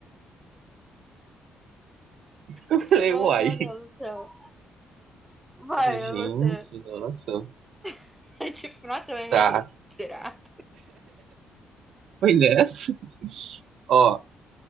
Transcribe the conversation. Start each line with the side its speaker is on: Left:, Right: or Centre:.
Right: Eu
Centre: muito
Right: falei,
Centre: bom,
Right: uai.
Centre: meu Deus do céu. Vai,
Right: Eu falei, Gente,
Centre: é você.
Right: nossa.
Centre: <laughs> Tipo, nossa, eu errei.
Right: Tá,
Centre: Será?
Right: foi nessa. Ó.